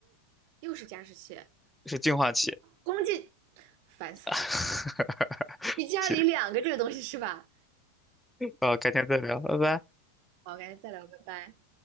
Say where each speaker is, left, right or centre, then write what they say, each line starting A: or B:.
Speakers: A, on the right (about 55°); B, in the centre.
A: 又是加湿器，
B: 是净化器。
A: 空气烦死了。
B: <laughs>
A: 你家里两个这个东西是吧？
B: 行，好，改天再聊，拜拜。
A: 好，赶紧再聊，拜拜。